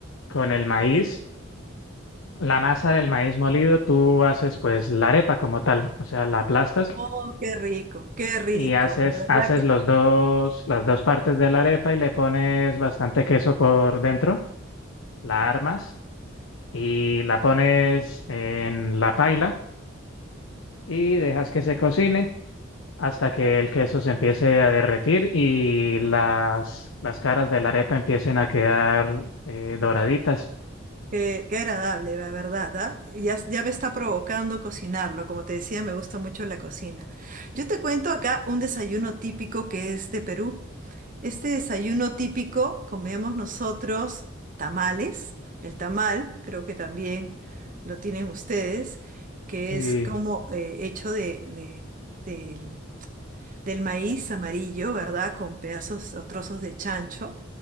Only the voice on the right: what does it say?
Qué rico.
Oh, qué rico, qué rico.
De verdad
que,
que- qué agradable, la verdad, ¿ah? Ya, ya me está provocando cocinarlo. Como te decía, me gusta mucho la cocina. Yo te cuento acá un desayuno típico que es de Perú. Este desayuno típico comemos nosotros tamales. El tamal, creo que también lo tienen ustedes, que
es como eh, hecho de, de- del del maíz amarillo, ¿verdad? Con pedazos o trozos de chancho.